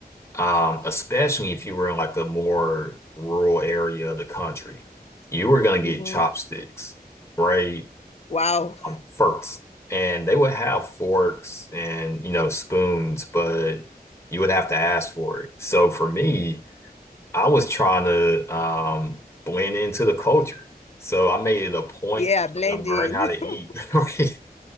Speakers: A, on the left; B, on the left.
A: um, especially if you were in like a more rural area of the country, you were gonna get
B: hmm
A: chopsticks right?
B: Wow.
A: um, forks, and they would have forks and you know spoons, but you would have to ask for it. So for me, I was trying to um, blend into the culture, so I made it a point
B: Yeah,
A: to
B: blending.
A: try to learn how to
B: <laughs>
A: eat <laughs> right